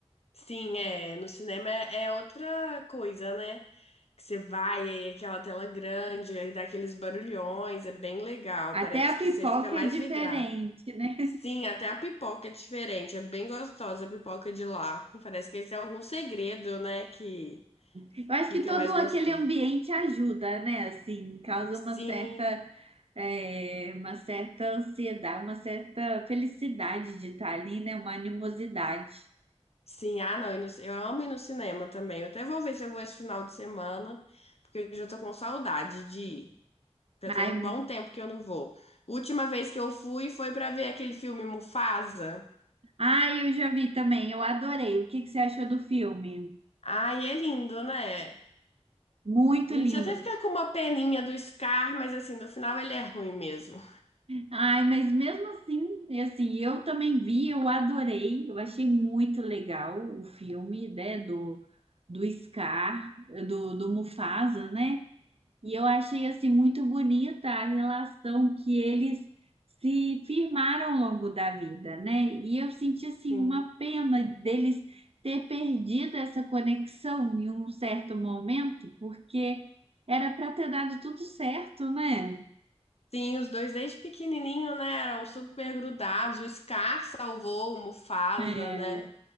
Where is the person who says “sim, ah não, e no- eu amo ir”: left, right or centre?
Left